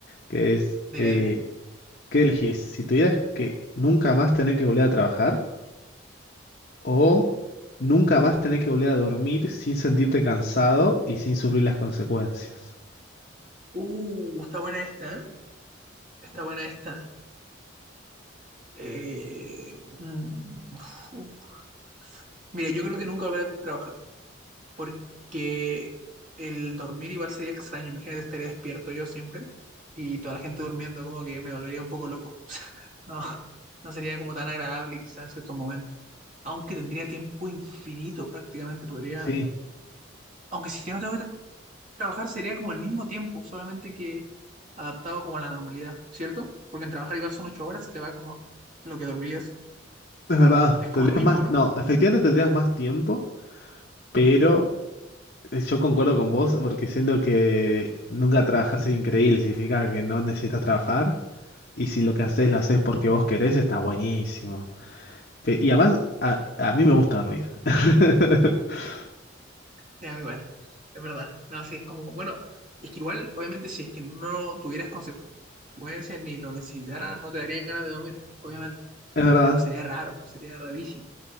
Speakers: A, on the left (about 50°); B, on the right (about 40°).
A: que es,
B: dime,
A: eh,
B: dime.
A: ¿qué elegís? Si tuvieras que nunca más tener que volver a trabajar o nunca más tener que volver a dormir sin sentirte cansado y sin sufrir las consecuencias.
B: Uh, está buena esta, ¿eh? Está buena esta. Eh, mm, uf. Mira, yo creo que nunca volveré a trabajar. porque el dormir igual sería extraño. Imagínate, estaría despierto yo siempre y toda la gente durmiendo, como que me volvería un poco loco. <laughs> No, no sería como tan agradable quizás en ciertos momentos. Aunque tendría tiempo infinito prácticamente, podría...
A: Sí,
B: Aunque si ya no tengo que tra- trabajar sería como el mismo tiempo, solamente que adaptado como a la normalidad, ¿cierto? Porque en trabajar igual son ocho horas, se te va como lo que dormirías.
A: es verdad.
B: Es como
A: Tendrías
B: lo mismo,
A: más,
B: ¿no?
A: no, efectivamente tendrías más tiempo, pero Yo concuerdo con vos porque siento que nunca trabajar es increíble, significa que no necesitas trabajar y si lo que haces lo haces porque vos querés, está buenísimo. Pe- Y además, a, a mí me gusta dormir. <laughs>
B: Sí, a igual, es verdad. No, sí, es como, bueno, es que igual, obviamente, si es que no tuvieras consecuencias ni lo necesitaras, no te darían ganas de dormir, obviamente.
A: Es verdad.
B: Pero sería raro, sería rarísimo.